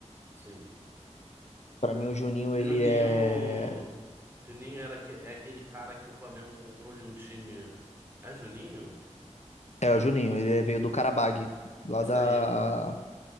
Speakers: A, on the right; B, on the left.
A: Sim.
B: Pra mim, o Juninho,
A: Juninho.
B: ele é.
A: Juninho era aque- é aquele cara que o Flamengo comprou de um time. É Juninho?
B: É, o Juninho, ele é- veio do Karabag, lá
A: Isso
B: da.
A: aí.